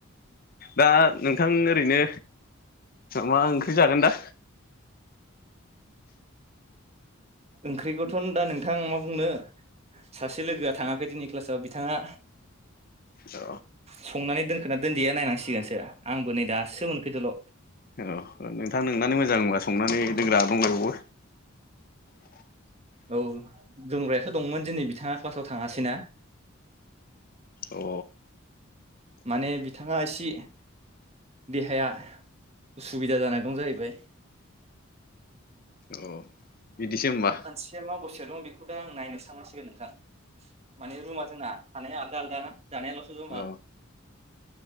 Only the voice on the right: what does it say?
ओंख्रिखौथ' नों दा नोंथां मा बुंनो सासे लोगोआ थाङाखै दिनि क्लासाव बिथाङा
संनानै दोनखोना दोनदिया नायनांसिगोनसो आंबो नै दासो मोनफैदोल'
औ दोंग्रायाथ' दंमोन दिनै बिथाङा क्लासाव थाङासैना
माने बिथाङा इसि देहाया उसुबिदा जाना दं जाहैबाय
मानसिया माबसे दं? बेखौदा आं नायनोसो थांनांसिगोन नोंथां माने रुमा जोंना थानाया आलदा आलदाना जानायाल'सो जमा